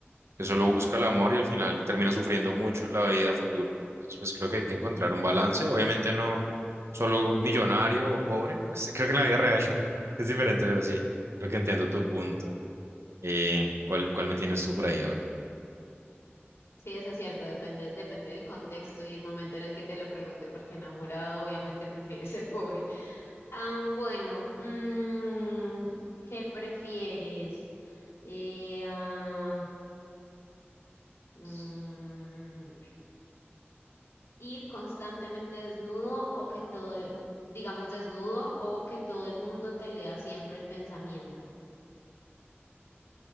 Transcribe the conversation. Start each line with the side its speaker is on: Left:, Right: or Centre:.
Right: que solo busca el amor y al final termina sufriendo mucho en la vida futuro. Entonces, pues creo que hay que encontrar un balance. Obviamente no solo millonario o pobre. <laughs> Pues, creo que en la vida real <laughs> es diferente, pero sí, creo que entiendo tu punto. Eh, ¿cuál, cuál me tienes tú por ahí ahora?
Left: Sí, eso es cierto, depende, depende del contexto y el momento en el que te lo pregunte, porque enamorado obviamente <laughs> prefiere ser pobre. Ah, bueno, mm, ¿qué prefieres? Eh, ah, mm, ¿ir constantemente desnudo o que todo, el- digamos desnudo, o que todo el mundo te lea siempre el pensamiento?